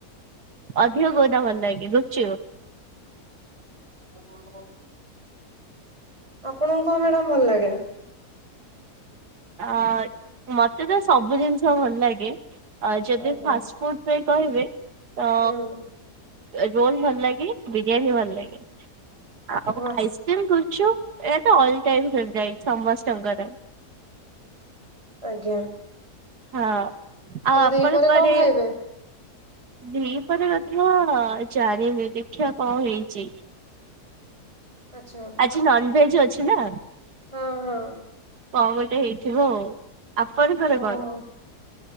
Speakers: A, on the right; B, on the right.
A: ଅଧିକ କୋଉଟା ଭଲ ଲାଗେ ଗୁପୁଚୁ
B: <unintelligible> ଆପଣଙ୍କୁ କଣ ମ୍ୟାଡାମ ଭଲ ଲାଗେ?
A: ଅ ମତେ ତ ସବୁ ଜିନିଷ ଭଲ ଲାଗେ, ଯଦି
B: ଆଜ୍ଞା।
A: ଫାଷ୍ଟ <unintelligible> କହିବେ ତ
B: ହୁଁ
A: ରୋଲ ଭଲ ଲାଗେ, ବିରିୟାନୀ ଭଲ ଲାଗେ ଆଉ
B: ହଁ
A: ଆଇ <unintelligible> ଏ ତ ଅଲ ଟାଇମ ଫେବରାଇଟ ସମସ୍ତଙ୍କର।
B: ଆଜ୍ଞା।
A: ହଁ ଆଉ ଆପଣ
B: ଦିପହରେ
A: କୁଆଡେ
B: କଣ ଖାଇବେ?
A: ଦିପହର କଥା ଜାଣିନି, ଦେଖିବା କଣ ହେଇଛି?
B: ଆଛା।
A: ଆଜି ନନଭେଜ ଅଛି ନା?
B: ହଁ ହଁ।
A: କଣ ଗୋଟେ ହେଇଥିବ ଆଉ, ଆପଣଙ୍କର
B: ଓହୋ
A: କଣ?